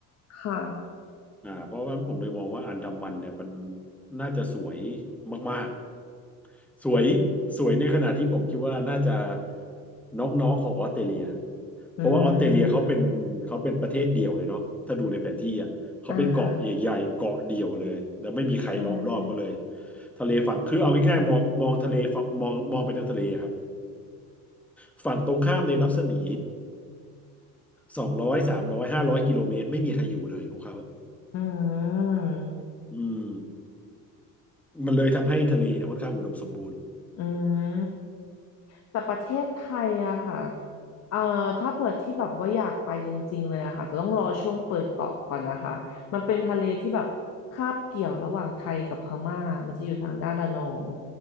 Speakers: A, on the left; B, in the centre.
A: ค่ะ
B: อ่าเพราะฉะนั้นผมเลยมองว่าอันดามันเนี่ยมันน่าจะสวยมากๆสวยสวยในขณะที่ผมคิดว่าน่าจะน้องๆของออสเตรเลียเพราะว่าออสเตรเลียเขาเป็นเขาเป็นประเทศเดี่ยวเลยเนาะถ้าดูในแผนที่อ่ะเขาเป็นเกาะใหญ่ๆเกาะเดี่ยวเลยแล้วไม่มีใครล้อมรอบเขาเลย
A: อืมอ่าใช่
B: ทะเลฝั่งคือเอาง่ายๆมองมองทะเลฝั่งมองมองไปทางทะเลอะครับ <coughs> ฝั่งตรงข้ามในรัศมีสองร้อยสามร้อยห้าร้อยกิโลเมตรไม่มีใครอยู่เลยของเขา
A: อืม
B: อืม มันเลยทำให้ทะเลเนี่ยค่อนข้างอุดมสมบูรณ์
A: อืม แต่ประเทศไทยอะค่ะเอ่อถ้าเปิดที่แบบว่าอยากไปจริงๆเลยอะค่ะจะต้องรอช่วงเปิดเกาะก่อนนะคะมันเป็นทะเลที่แบบคาบเกี่ยวระหว่างไทยกับพม่ามันจะอยู่ทางด้านระนอง